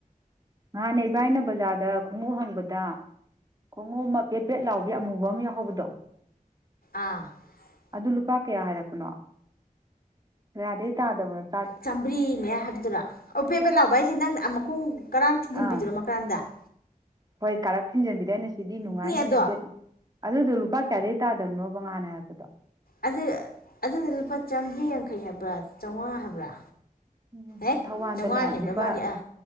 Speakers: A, on the right; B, on the left.
A: ꯅꯍꯥꯟꯅꯦ ꯏꯕꯥꯏꯅ ꯕꯖꯥꯔꯗ ꯈꯣꯡꯎ ꯍꯪꯕꯗ ꯈꯣꯡꯉꯨ ꯃꯐꯦꯠ ꯕꯦꯠ ꯂꯥꯎꯕꯤꯦ ꯑꯃꯨꯕ ꯑꯃ ꯌꯥꯎꯍꯧꯕꯗꯣ
B: ꯑꯥ <unintelligible> <inaudible>
A: ꯑꯗꯨ ꯂꯨꯄꯥ ꯀꯌꯥ ꯍꯥꯏꯔꯛꯄꯅꯣ ꯔꯗꯩ ꯇꯥꯗꯕꯅꯠꯇ
B: ꯆꯥꯝꯃꯔꯤꯅꯦ ꯍꯥꯏꯕꯗꯨꯥ ꯑꯣꯕꯦꯕꯦ ꯂꯥꯎꯕ ꯑꯩꯁꯦ ꯅꯪ ꯃꯈꯣꯡ ꯀꯔꯥꯡ ꯊꯤꯟꯖꯤꯟꯕꯤꯗꯔꯣ
A: ꯑꯥ
B: ꯀꯔꯥꯡ <unintelligible> <inaudible>
A: ꯍꯣꯏ ꯀꯥꯔꯥ ꯊꯖꯃꯤ ꯑꯗꯨꯗ ꯑꯩꯅ ꯁꯤꯗꯤ ꯅꯨꯡꯉꯥꯏꯅꯤꯅꯦ
B: ꯑꯗꯣ
A: ꯚꯦꯠꯅꯤ ꯑꯗꯨꯗꯣ ꯂꯨꯄꯥ ꯀꯌꯥꯗꯒꯤꯩ ꯇꯥꯗꯕꯅꯣꯕ ꯉꯍꯥꯟꯅ ꯍꯥꯏꯔꯛꯄꯗꯣ
B: ꯑꯗꯨ ꯑꯗꯨꯗꯤ ꯂꯨꯄꯥ ꯆꯥꯝꯃꯔꯤ ꯌꯥꯡꯈꯩ ꯍꯥꯏꯕ꯭ꯔꯥ ꯆꯥꯝꯃꯉꯥ ꯍꯥꯏꯕ꯭ꯔꯥ
A: ꯎꯝ
B: ꯑꯦ
A: ꯊꯧꯕꯥꯜꯗꯅꯦ
B: ꯆꯥꯝꯃꯉꯥ ꯍꯦꯟꯕ
A: ꯂꯨꯄꯥ
B: ꯃꯥꯜꯂꯤ ꯑꯥ